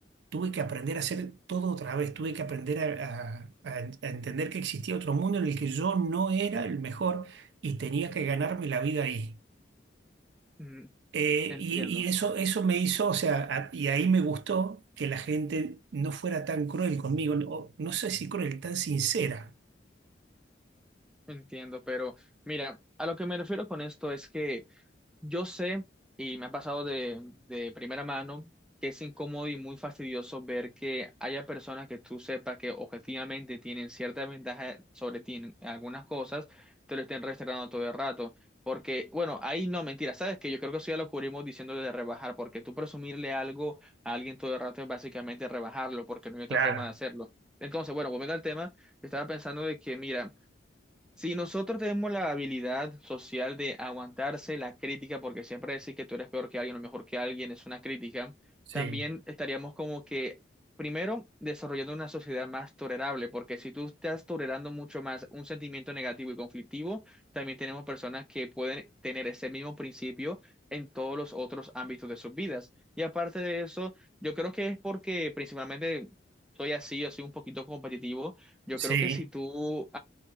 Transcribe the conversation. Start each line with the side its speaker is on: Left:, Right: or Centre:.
Right: tuve que aprender a hacer todo otra vez, tuve que aprender a, a- a en- a entender que existía otro mundo en el que yo no era el mejor y tenía que ganarme la vida ahí.
Centre: mm,
Right: Eh,
Centre: entiendo,
Right: y, y eso, eso me hizo, o sea, a- y ahí me gustó que la gente no fuera tan cruel conmigo, no, no sé si cruel, tan sincera.
Centre: entiendo, pero mira, a lo que me refiero con esto es que Yo sé, y me ha pasado de, de primera mano, que es incómodo y muy fastidioso ver que haya personas que tú sepas que objetivamente tienen cierta ventaja sobre ti en algunas cosas, te lo estén restregando todo el rato. Porque, bueno, ahí no, mentira, ¿sabes que Yo creo que eso ya lo cubrimos diciéndole de rebajar, porque tú presumirle algo a alguien todo el rato es básicamente rebajarlo, porque no hay otra
Right: Claro,
Centre: forma de hacerlo. Entonces, bueno, volviendo al tema, estaba pensando de que, mira, si nosotros tenemos la habilidad social de aguantarse la crítica, porque siempre decir que tú eres peor que alguien o mejor que alguien es una crítica,
Right: sí,
Centre: también estaríamos como que, primero, desarrollando una sociedad más tolerable, porque si tú estás tolerando mucho más un sentimiento negativo y conflictivo, también tenemos personas que pueden tener ese mismo principio en todos los otros ámbitos de sus vidas. Y aparte de eso, yo creo que es porque principalmente soy así, yo soy un poquito competitivo. Yo
Right: sí,
Centre: creo que si tú